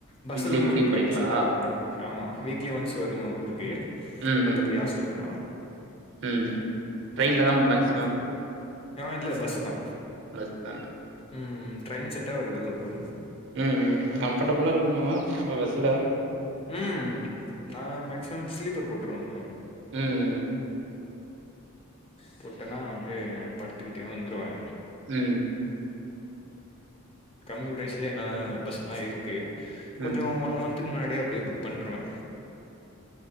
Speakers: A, on the left; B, on the right.
A: பஸ்சுதா
B: வீக்லி வீக்லி
A: ப்ரோ
B: போறீங்களா?
A: ட்ரெயின் சட்டால்ல நமக்கு ஆமா வீக்லி ஒன்ஸ் வருவ ஊருக்கு
B: ம்.
A: மத்தபடி
B: ம்.
A: ஹாஸ்டல் தா
B: ம் ட்ரெய்ன்ல தா
A: ம்
B: மேக்சிமம்
A: ஆ இல்ல பஸ்சு இந்த தா
B: <unintelligible>
A: ம் ம் ட்ரெயின் செட்டாவரதுல்ல ப்ரோ
B: ம் ம் கம்ஃபடபுளா இருக்குமா நம்ம பஸ்ஸுல
A: ம் நா மக்சிமம் ஸ்லீப்பர் போட்ருவ
B: ம்
A: போட்டனா அப்டியே படுத்துக்கிட்டே வந்துருவே
B: ம்
A: கம்மி ப்ரைஸ்லயே நல்ல நல்ல பஸ்ல்லா இருக்கு
B: ம்.
A: கொஞ்சோ ஒன் மந்த் துக்கு முன்னாடியே அப்டியே புக் பண்றுவே